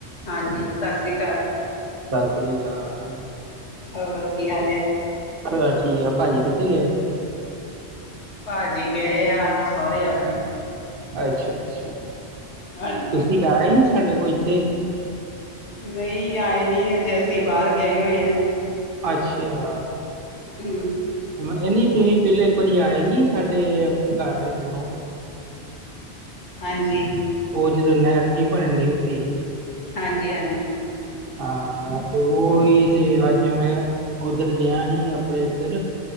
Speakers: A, on the left; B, on the right.
A: ਹਾਂਜੀ ਸਸ੍ਰੀ ਅਕਾਲ
B: ਸਸ੍ਰੀ ਅਕਾਲ
A: ਹੋਰ ਕੀ ਹਾਲ ਐ
B: ਹਾਂ ਠੀਕ ਐ, ਭਾਜ਼ੀ ਕਿੱਥੇ ਗਏ
A: ਭਾਜੀ ਗਏ ਆ ਸਹੁਰੇ ਆਪਣੇ
B: ਅੱਛਾ- ਅੱਛਾ
A: ਹਾਂਜੀ
B: ਤੁਸੀਂ ਆਏ ਹੀ ਨਾ ਸਾਡੇ ਕੋਲ ਇੱਥੇ
A: ਨਹੀ ਆਏ ਨੀ, ਅਜੇ ਅਸੀ ਬਾਹਰ ਗਏ ਹੋਏ ਆਂ
B: ਅੱਸ਼ੇਆ।
A: ਊ
B: <unintelligible> ਏਨੀ ਤੁਸੀਂ ਪੈਲੇ ਇੱਕ ਵਾਰੀਂ ਆਏ ਨੀ ਸਾਡੇ ਘਰ ਜਦੋਂ
A: ਹਾਂਜੀ।
B: ਓ ਜਦੋਂ ਨਹਿਰ ਜੀ ਬਣਨੀ ਹੁੰਦੀ ਹੀ।
A: ਹਾਂਜੀ-ਹਾਂਜੀ
B: ਹਾਂ ਤੇ ਓਈ ਤੇ ਅੱਜ ਮੈਂ ਉੱਧਰ ਗਿਆ ਹੀ ਆਪਣੇ ਉੱਧਰ